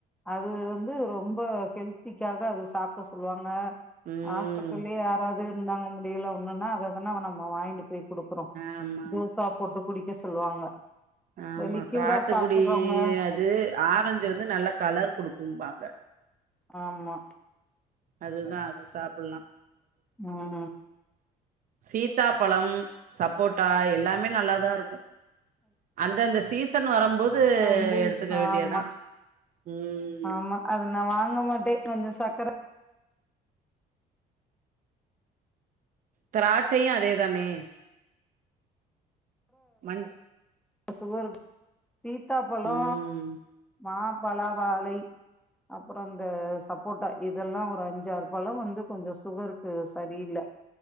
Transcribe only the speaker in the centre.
அது வந்து ரொம்ப ஹெல்திக்காக அது சாப்பட சொல்லுவாங்க
ஹாஸ்பிட்டலயே யாராவது இருந்தாங்க முடியல ஒன்னுன்னா அததான நம்ம வாங்கிட்டு போய் குடுக்குறோ
ஜூசா போட்டு குடிக்க சொல்லுவாங்க
இந்த
லிக்யூடா
சாப்பிடுறவங்க
ஆமா
ம்
வந்து
ஆமா
ஆமா அது நா வாங்க போதே கொஞ்ச சக்கர
சுகர் சீத்தாபழோ
மா பலா வாழை அப்றோ அந்த சப்போட்டா இதெல்லா ஒரு அஞ்சாறுபழோ வந்து கொஞ்சோ சுகருக்கு சரியில்ல